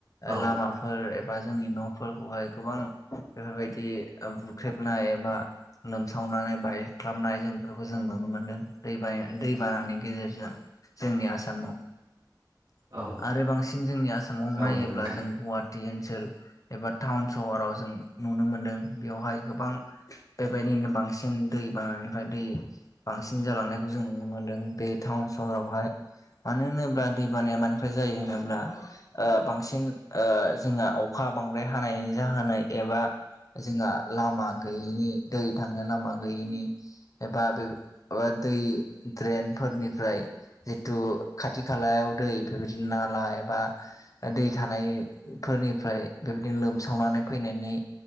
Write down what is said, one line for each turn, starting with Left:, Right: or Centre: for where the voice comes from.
Right: औ
Left: लामा फोर एबा जोंनि न'फोरखौहाय गोबां बेफोरबायदि बुख्रेबनाय एबा लोमसावनानै बाइक खालामनाय जों बेफोरखौ जों नुनो मोनदों दै बाना दै बानानि गेजेरजों जोंनि आसामाव
Right: औ
Left: आरो बांसिन जोंनि आसामाव
Right: औ
Left: नायोब्ला
Right: नंगौ नोंथां
Left: जों गुवाहाटि ओनसोल एबा टाउन सहराव जों नुनो मोनदों बेवहाय गोबां बेबायदिनो बांसिन दै बांनिफ्राय दै बांसिन जालांनायखौ जों नुनो मोन्दों बे टाउन सहरावहाय मानो होनोब्ला दै बानाया मानिफ्राय जायो होनोब्ला बांसिन जोंहा अखा बांद्राय हानायनि जाहोनाय एबा जोंहा लामा गैयैनि दै थांनो लामा गैयैनि एबा बे दै द्रेन फोरनिफ्राय जितु खाथि खालायाव दै बेबायदिनो नाला एबा दै थानायफोरनिफ्राय बेबायदिनो लोमसावनानै फैनायनि